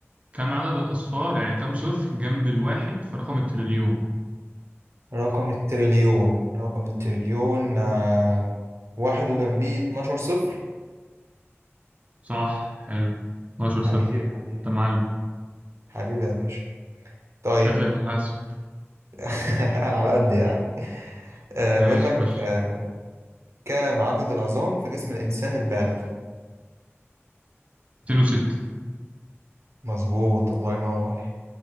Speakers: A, on the right; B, on the right.
A: كم عدد الأصفار يعني كم صفر جنب الواحد في رقم التريليون
B: رقم التريليون رقم التريليون آه، واحد وجنبيه 12 صفر
A: صح حلو 12
B: حبيبي
A: صفر
B: يا حبيبي
A: أنت معلم
B: حبيبي يا باشا طيب
A: شكلك محاسب
B: <laughs> على قد يعني آه،
A: ماشي
B: بيقول لك
A: خش
B: آه، كم عدد العظام في جسم الإنسان البالغ
A: 206
B: مظبوط الله ينور